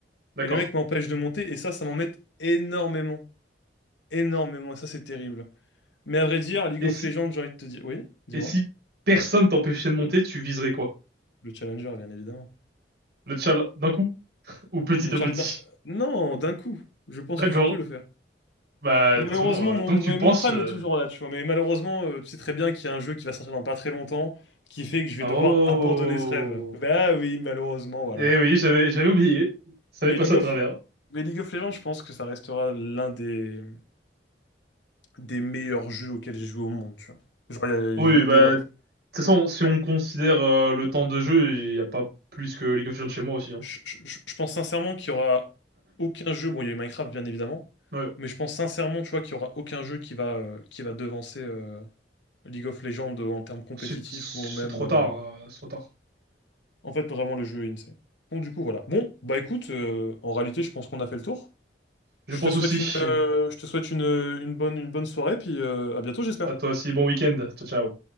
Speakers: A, on the right; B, on the left.
A: d'accord.
B: Et les mecs m'empêchent de monter, et ça, ça m'embête énormément. Énormément, et ça, c'est terrible. Mais à vrai dire, League
A: Et
B: of
A: si...
B: Legends, j'ai envie de te dire... Oui, dis-moi.
A: Et si personne t'empêchait de monter, tu viserais quoi?
B: Le challenger, bien évidemment.
A: Le tchal d'un coup? Ou petit
B: Le
A: à
B: Chalda...
A: petit?
B: Non, d'un coup. Je pense
A: <laughs> D'accord.
B: que je peux le faire.
A: Bah, de
B: Mais
A: toute
B: malheureusement,
A: façon,
B: mon,
A: euh, tant
B: mais
A: que tu penses...
B: mon Prime
A: euh,
B: est toujours là, tu vois. Mais malheureusement, euh, tu sais très bien qu'il y a un jeu qui va sortir dans pas très longtemps, qui fait que je vais
A: Oh!
B: devoir abandonner ce rêve. Bah oui, malheureusement, voilà,
A: Eh
B: quoi.
A: oui, j'avais j'avais oublié. Ça
B: Mais
A: m'est passé
B: League
A: à
B: of,
A: travers.
B: mais League of Legends, je pense que ça restera l'un des, des meilleurs jeux auxquels j'ai joué au monde, tu vois. Genre, il y a,
A: Oui,
B: il y a nos
A: bah,
B: débats.
A: de toute façon, si on considère euh, le temps de jeu, il n'y a pas plus que League of Legends chez moi aussi. Hein.
B: Je, je- je- je pense sincèrement qu'il y aura aucun jeu... Bon, il y a eu Minecraft, bien évidemment.
A: Ouais,
B: Mais je pense sincèrement, tu vois, qu'il y aura aucun jeu qui va, euh, qui va devancer... euh, League of Legends euh, en termes compétitifs
A: c'est c'est
B: ou même.
A: trop
B: euh,
A: tard, euh, c'est trop tard.
B: En fait, vraiment, le jeu est insane. Bon, du coup, voilà. Bon, bah écoute, euh, en réalité, je pense qu'on a fait le tour.
A: Je
B: Je
A: pense
B: te souhaite
A: aussi.
B: une, euh, je te souhaite une, une bonne, une bonne soirée, puis euh, à bientôt, j'espère.
A: À toi aussi, bon week-end. Ciao, ciao.